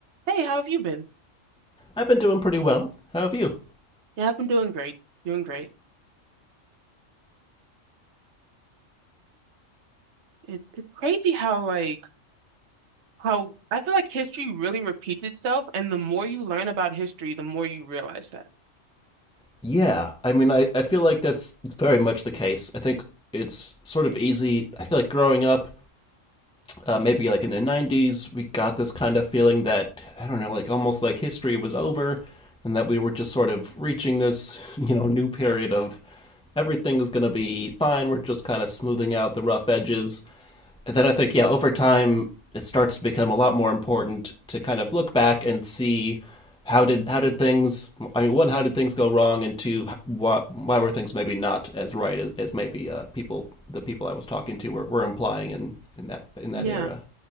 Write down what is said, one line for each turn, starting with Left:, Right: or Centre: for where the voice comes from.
Right: Hey, how have you been?
Centre: I've been doing pretty well. How have you?
Right: Yeah, I've been doing great. Doing great. It, it's crazy how like how I feel like history really repeats itself, and the more you learn about history, the more you realize that.
Centre: Yeah, I mean, I, I feel like that's it's very much the case. I think it's sort of easy. I feel like growing up, uh, maybe like in the 90s, we got this kind of feeling that, I don't know, like almost like history was over and that we were just sort of reaching this, <laughs> you know, new period of everything's going to be fine. We're just kind of smoothing out the rough edges. And then I think, yeah, over time, it starts to become a lot more important to kind of look back and see how did how did things i mean one how did things go wrong and two why, why were things maybe not as right as, as maybe uh, people the people i was talking to were, were implying in in that in
Right: Yeah.
Centre: that era